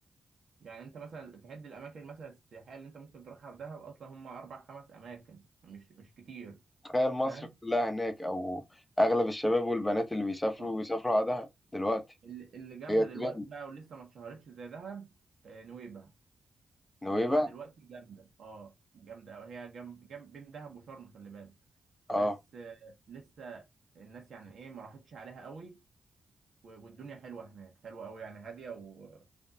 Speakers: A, on the right (about 65°); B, on the left (about 20°).
A: يعني انت مثلا تحد الاماكن مثلا السياحية اللي انت ممكن تروحها في دهب اصلا هم اربع خمس اماكن مش مش كتير
B: تخيل مصر
A: فاهم
B: كلها هناك أو أغلب الشباب والبنات اللي بيسافروا
A: اه
B: بيسافروا على دهب دلوقتي
A: ال- اللي جامده
B: هي ترند
A: دلوقتي بقى ولسه ما اتشهرتش زي دهب آه، نويبع
B: نويبع
A: نويبع دلوقتي جامده اه جامده قوي هي جنب جنب بين دهب وشرم خلي بالك بس
B: اه
A: آه، لسه الناس يعني ايه ما راحتش عليها قوي و- والدنيا حلوه هناك حلوه قوي يعني هاديه و-